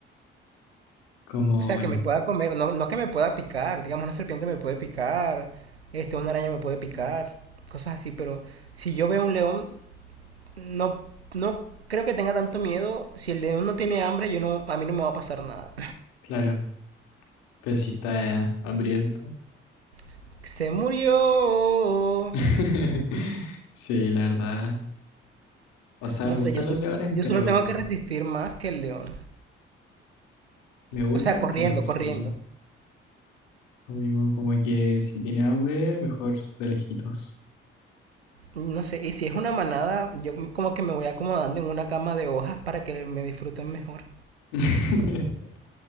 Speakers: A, on the left; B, on the right.
A: como,
B: O sea,
A: el-
B: que me pueda comer, no, no que me pueda picar. Digamos, una serpiente me puede picar, este, una araña me puede picar, cosas así. Pero si yo veo un león, no, no creo que tenga tanto miedo. Si el león no tiene hambre, yo no, a mí no me va a pasar nada.
A: claro, pero si está hambriento.
B: <laughs> Se murió.
A: <laughs> Sí, la verdad. O sea,
B: No
A: me gustan
B: sé, yo, sol-
A: los leones,
B: yo
A: pero
B: solo tengo que resistir más que el león.
A: me gustan,
B: O sea, corriendo,
A: pero sí,
B: corriendo.
A: lo mismo, como que si tiene hambre, mejor de lejitos.
B: no sé, y si es una manada, yo como que me voy acomodando en una cama de hojas para que me disfruten mejor.
A: <laughs>